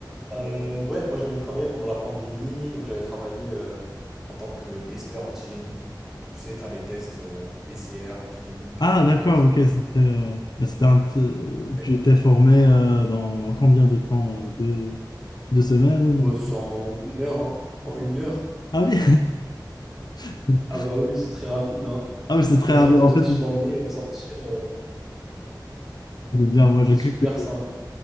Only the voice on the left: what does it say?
Ah,
d'accord,
ok, c'était euh,
c'était un t- euh,
tu t'es formé euh, dans, dans combien de temps? euh, deux, deux semaines?
Ah oui, <laughs>
ah oui, c'est très
rapide.
en fait,
c'est bien, moi
j'ai cru
que,